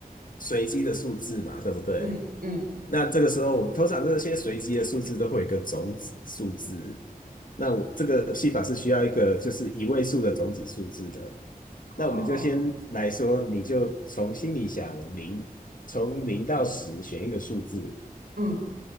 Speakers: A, on the left; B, on the right.
A: 随机的数字嘛，对不对？
B: 嗯嗯，
A: 那这个时候我通常这些随机的数字都会有一个种子数字，那我这个戏法是需要一个就是一位数的种子数字的。
B: 哦，
A: 那我们就先来说，你就从心里想零，从零到十选一个数字。
B: 嗯，